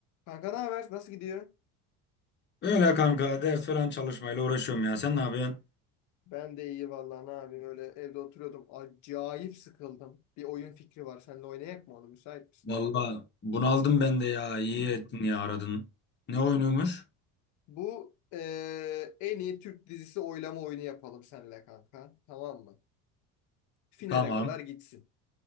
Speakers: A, on the left; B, on the left.
A: Kanka ne haber? Nasıl gidiyor?
B: Öyle kanka ders falan çalışmayla uğraşıyorum ya. Sen ne yapıyorsun?
A: Ben de iyi vallahi ne yapayım öyle evde oturuyordum. Acayip sıkıldım. Bir oyun fikri var. Seninle oynayak mı onu? Müsait misin?
B: Vallahi bunaldım ben de ya. İyi ettin ya aradın. Ne oynuyormuş?
A: Bu eee, en iyi Türk dizisi oylama oyunu yapalım seninle kanka. Tamam mı? Finale
B: Tamam.
A: kadar gitsin.